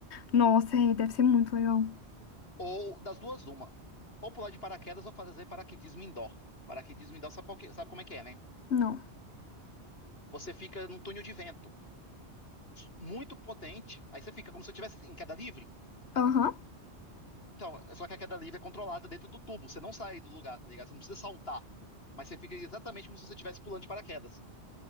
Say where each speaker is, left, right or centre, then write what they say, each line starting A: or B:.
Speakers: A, on the left; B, on the left.
A: Nossa, é, deve ser muito legal.
B: Ou das duas, uma. Ou pular de paraquedas ou fazer paraquedismo indoor. Paraquedismo indoor, sabe, qual que- sabe como é que é, né?
A: Não.
B: Você fica num túnel de vento muito potente, aí você fica como se você estivesse em queda livre.
A: Aham.
B: Então, só que a queda livre é controlada dentro do tubo, você não sai do lugar, tá ligado? Você não precisa saltar, mas você fica exatamente como se você estivesse pulando de paraquedas.